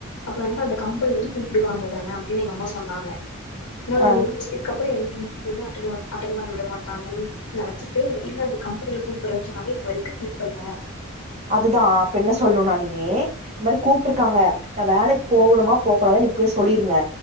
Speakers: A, on the left; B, on the right.
A: அப்புறம் வட்டு அந்த கம்பல எத கூப்பிடுவாங்க தானே அப்படின்னு எங்க அம்மா சொன்னாங்க நீ
B: ஆ
A: எழுந்ச்சக்கப்பரோ அப்புறம் என் அட்ட அட்டன் பண்ண விட மாட்டாங்கன்னு நினச்சிட்டு இல்ல அந்த கம்பெனியில கூப்பிடறன்னு சொன்னாங்க இப்ப வரைக்கும் கூப்புல
B: அதுதான் அப்ப என்ன சொல்லணும்னா நீ இந்த மாதிரி கூப்பிட்டுருக்காங்க நான் வேலைக்கு போகணுமா போக கூடாதுன்னு இப்பயே சொல்லிருங்க